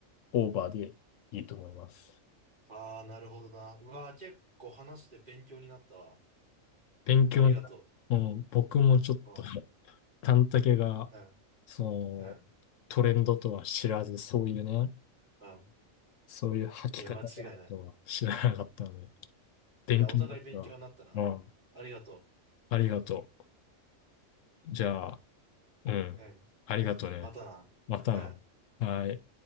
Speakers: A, on the left (about 70°); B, on the right (about 40°).
A: オーバーでいいと思います。
B: ああ、なるほどな。うわあ、結構話して勉強になったわ。
A: 勉強になる、
B: ありがと
A: もう僕もちょっと、
B: う。うん、
A: 短丈が、
B: うん、
A: その、
B: うん、
A: トレンドとは知らず、そういうね、
B: うん。
A: そういう履き方があるとは知らなかったので、
B: いや、間違いない。
A: 勉強になった
B: いや、お互い勉強になったな。
A: うん、
B: ありがと
A: ありがとう。じゃあ、うん、
B: う。うん。
A: ありがとうね。
B: またな。
A: またな。
B: うん。
A: はい。